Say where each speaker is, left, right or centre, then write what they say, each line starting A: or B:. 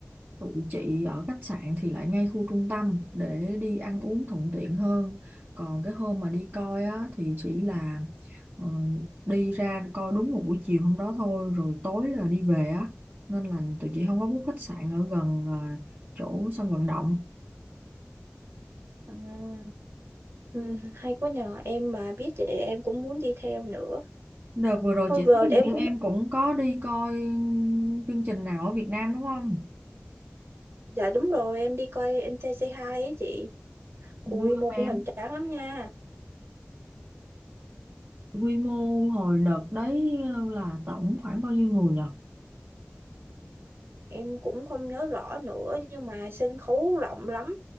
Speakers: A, on the right; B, on the right.
A: Tụi chị ở khách sạn thì lại ngay khu trung tâm để đi ăn uống thuận tiện hơn. Còn cái hôm mà đi coi á thì chỉ là ờ, đi ra coi đúng một buổi chiều hôm đó thôi rồi tối là đi về á. Nên là tụi chị không có book khách sạn ở gần ờ, chỗ sân vận động.
B: Ừ, ừ, hay quá nhờ em mà biết thì em cũng muốn đi theo nữa.
A: Đợt vừa rồi
B: Thôi
A: chị
B: vừa
A: thấy hình
B: em
A: như
B: cũng
A: em
B: mới
A: cũng có đi coi chương trình nào ở Việt Nam đúng không?
B: dạ đúng rồi em đi coi anh trai Say Hi ấy chị. Cũng
A: Vui
B: quy
A: không
B: mô cũng
A: em?
B: hoành tráng lắm nha.
A: Quy mô hồi đợt đấy là tổng khoảng bao nhiêu người nhỉ?
B: Em cũng không nhớ rõ nữa nhưng mà sân khấu rộng lắm.